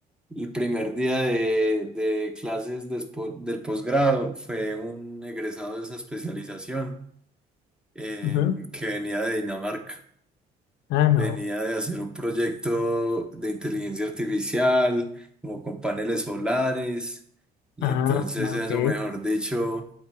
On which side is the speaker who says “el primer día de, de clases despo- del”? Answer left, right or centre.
Centre